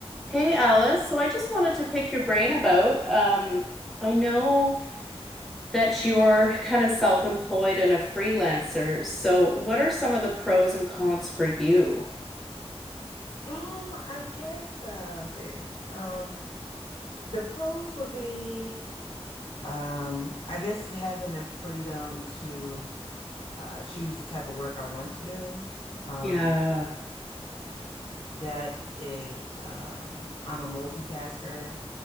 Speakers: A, in the centre; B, on the left.
A: Hey Alice, so I just wanted to pick your brain about, um, I know that you're kind of self-employed and a freelancer. So what are some of the pros and cons for you?
B: Um, I guess uh, let's see. Um, the pros would be, um, I guess having the freedom to uh, choose the type of work I want to do. Um,
A: Yeah,
B: that is, um, I'm a multitasker.